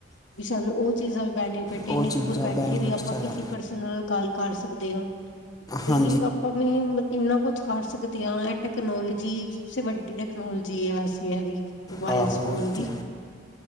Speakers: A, on the left (about 80°); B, on the left (about 20°).
A: ਵੀ ਸਾਨੂੰ ਉਹ ਚੀਜ਼ ਵੀ ਬੈਨੀਫਿਟ ਇੰਨੀ
B: ਉਹ ਚੀਜ਼ਾਂ
A: ਦੂਰ ਬੈਠੇ
B: ਬੈਨੀਫਿਟਸ
A: ਵੀ ਆਪਾਂ
B: ਹੈਗਾ
A: ਕਿਸੇ ਪਰਸਨ ਨਾਲ ਗੱਲ ਕਰ ਸਕਦੇ ਆ।
B: ਹਾਂ
A: ਕਿ ਆਪਾਂ ਵੀ ਇੰਨਾ ਕੁਛ ਕਰ ਸਕਦੇ ਆ ਇਹ ਟੈਕਨੋਲੋਜੀ ਸ ਵੱਡੀ ਟੈਕਨੋਲੋਜੀ ਆ ਵੈਸੇ ਇਹਦੀ ਮੋਬਾਈਲਸ
B: ਆਹੋ
A: ਫੋਨ
B: ਉਹੀ
A: ਦੀ
B: ਤੇ